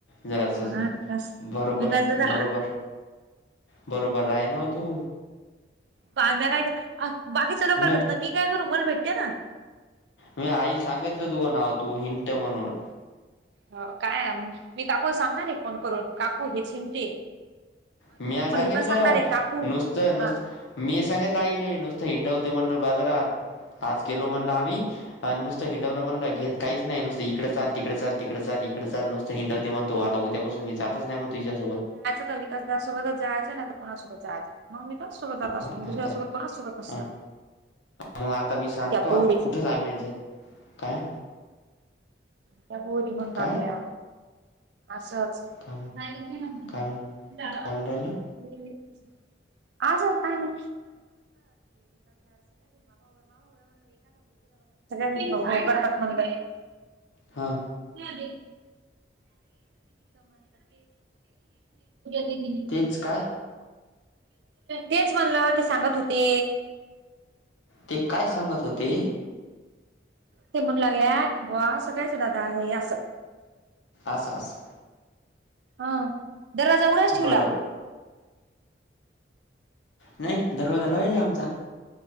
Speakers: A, on the left; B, on the right.
A: जरासच,
B: हा विकास
A: बरोबर
B: विकास दादा
A: बरोबर बरोबर राय नाव तू.
B: काय म्या काय करू, अ बाकीचा लोकांना
A: म्या
B: भेटतात मी काय करू. मला भेटत्या ना.
A: मी आईला सांगितल तुझ नाव. तू हिंट म्हणून.
B: हो काय मी काकूला सांगणार आहे फोन करून. काकू हेच हींटी हे.
A: म्या सांगितल.
B: पण सांगणार आहे काकू
A: नुसत नुसत
B: हा
A: मी सांगितल आईले, नुसत हिंडवते म्हणल बाजारात. आज गेलो म्हणल आम्ही, आणि नुसत हिंडवल म्हणल. घेत काहीच नाही नुसत इकड चाल तिकड चाल, तिकड चाल. इकडे चाल. नुसत हिंडवते म्हणतो. आता उद्यापासून मी जातच नाही म्हणतो हिच्यासोबत.
B: विकास दादा सोबतच जायच ना. नाहीतर कोणा सोबत जायच. मग मी त्याास सोबत जात असतो.
A: हा,
B: मी दुसऱ्या
A: आता
B: सोबत
A: हा.
B: <unintelligible>
A: मग आता मी सांगतो
B: त्या पोरी
A: आता कुठ थांबायच आहे. काय?
B: त्या पोरी म्हणु
A: काय
B: लागल्या असच.
A: काय म्हण-
B: <unintelligible>
A: काय म्हण- काय म्हणून राहिलं
B: <unintelligible> <unintelligible> सगळ्या जणी भो भो करतात म्हणल.
A: हा
B: <unintelligible> पूजा दीदीनी.
A: तेच काय
B: तेच म्हणल, ते सांगत होते.
A: ते काय सांगत होते.
B: ते म्हणू लागल्या कि, बवा सगळ्याच दादा आहे अस.
A: आस आस
B: हा दरवाजा उघडाच ठेवला.
A: बडबड नाही दरवाजा लावेल आमचा.